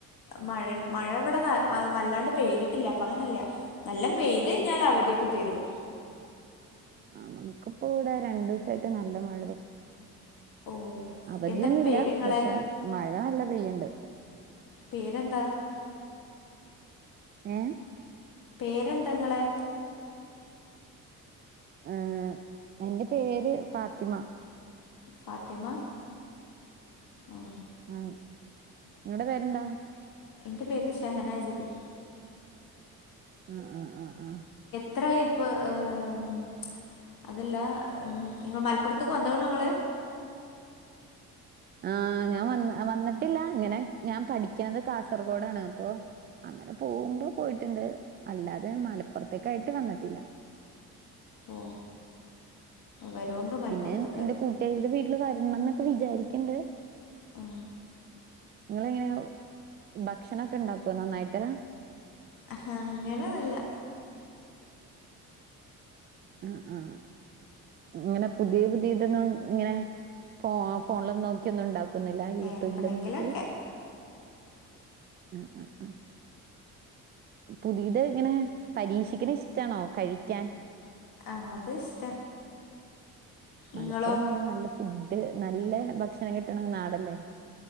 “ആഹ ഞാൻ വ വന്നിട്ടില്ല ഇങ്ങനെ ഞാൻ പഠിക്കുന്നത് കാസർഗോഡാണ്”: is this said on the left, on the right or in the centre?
Right